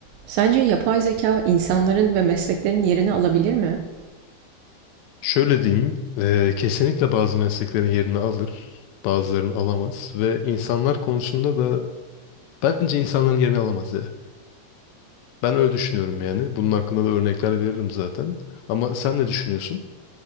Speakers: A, on the right; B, on the left.
A: Sence yapay zeka insanların ve mesleklerin yerini alabilir mi?
B: Şöyle diyeyim, eee, kesinlikle bazı mesleklerin yerini alır, bazılarını alamaz ve insanlar konusunda da bence insanların yerini alamaz ya. Ben öyle düşünüyorum yani. Bunun hakkında da örnekler veririm zaten. Ama sen ne düşünüyorsun?